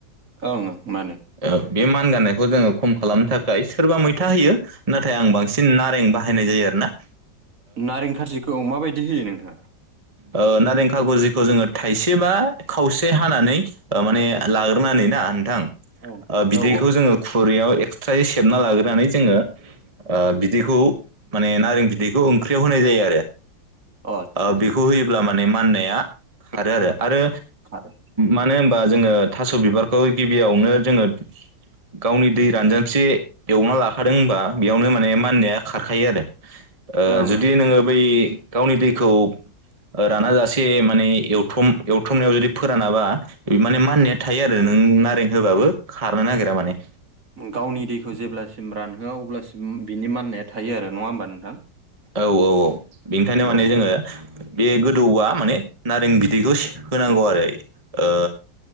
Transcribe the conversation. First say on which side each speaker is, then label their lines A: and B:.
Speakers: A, on the right; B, on the right.
A: ओं मानो
B: औ बे मान गानायखौ जोङो खम खालामनो थाखाय सोरबा मैथा होयो नाथाय आं बांसिन नारें बाहायो। बाहायनाय जायो आरो ना।
A: नारें खारजिखौ माबायदि होयो नोंथाङा
B: ओ नारें खागुजिखौ जोङो थाइसे बा खावसे हानानै ओ माने
A: ओं
B: लाग्रोनानै ना नोंथां ओ
A: ओं
B: बिदैखौ
A: औ
B: जोङो खुरैयाव एक्सट्रायै सेबना लाग्रोनानै जोङो ओ बिदैखौ माने नारें बिदैखौ ओंख्रियाव होनाय जायो
A: औ आदसा
B: आरो खौ होयोब्ला माने माननाया खारो आरो आरो
A: खारो
B: मानो होनबा जोङो थास' बिबारखौ गिबियावनो जोङो गावनि दै रानजांसे एवना लाखादोंबा बेयावनो माने माननाया खारखा थायो आरो ओ
A: ओं
B: जुदि नोङो बै गावनि दैखौ ओ राना जासे माने एवथम एवथ्रमनायाव जुदि फोरानाबा माने माननाया थायो आरो नों नारें होबाबो खारनो नागिरा माने।
A: गावनि दैखौ जेब्लासिम रानहोआ अब्लासिम बिनि माननाया थायो आरो नङा होमबा नोंथां।
B: औ औ औ बेनिखायनो
A: औ
B: माने जोङो बे गोदौआ माने नारें बिदैखौ होनांगौ आरो। ओ